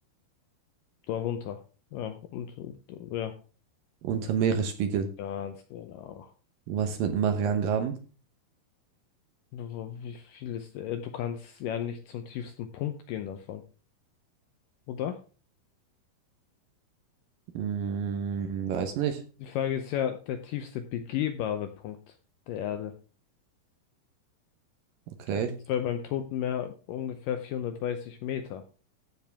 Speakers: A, on the left; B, on the right.
A: darunter. Ja, und äh, ja,
B: Unter Meeresspiegel.
A: ganz genau.
B: Was mit dem Marianengraben?
A: Wo- Wie viel ist, äh, du kannst ja nicht zum tiefsten Punkt gehen davon, oder?
B: Hm, weiß nicht.
A: Die Frage ist ja, der tiefste begehbare Punkt der Erde.
B: Okay,
A: Das wäre beim Toten Meer ungefähr 430 Meter.